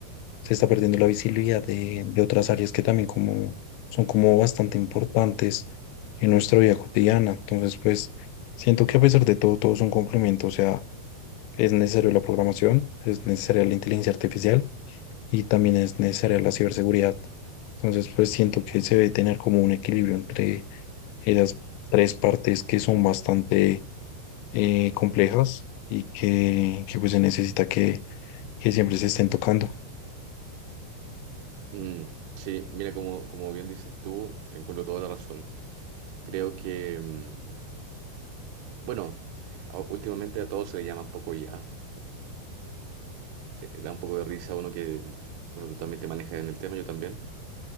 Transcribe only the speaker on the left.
se está perdiendo la visibilidad de, de otras áreas que también como son como bastante importantes en nuestra vida cotidiana. Entonces, pues siento que a pesar de todo, todo es un complemento, o sea, es necesario la programación, es necesaria la inteligencia artificial y también es necesaria la ciberseguridad. Entonces, pues siento que se debe tener como un equilibrio entre esas tres partes que son bastante eh, complejas y que, que, pues se necesita que, que siempre se estén tocando.